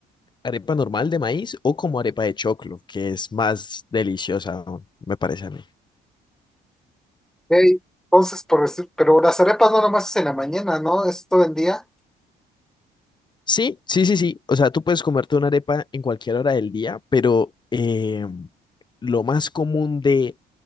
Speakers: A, on the left; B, in the centre.
A: arepa normal de maíz o como arepa de choclo, que es más deliciosa, aún, me parece a mí.
B: Ey, Entonces, por decir- pero las arepas no nomás es en la mañana, ¿no? Es todo el día.
A: Sí, sí, sí, sí. O sea, tú puedes comerte una arepa en cualquier hora del día, pero eh, lo más común de,